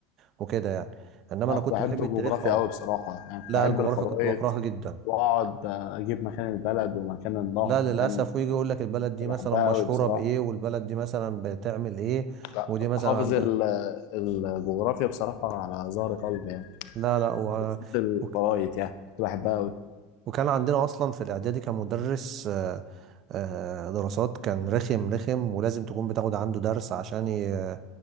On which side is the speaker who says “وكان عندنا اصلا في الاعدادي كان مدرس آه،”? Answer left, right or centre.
Right